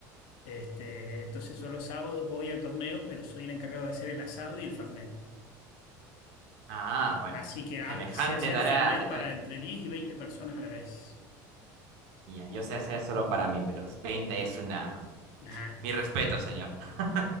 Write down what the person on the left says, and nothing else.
Este, entonces yo los sábados voy al torneo, pero soy el encargado de hacer el asado y el fernet.
Así que ha-
sé hacer
fernet
para
entre 10 y veinte personas a la vez.
Nah,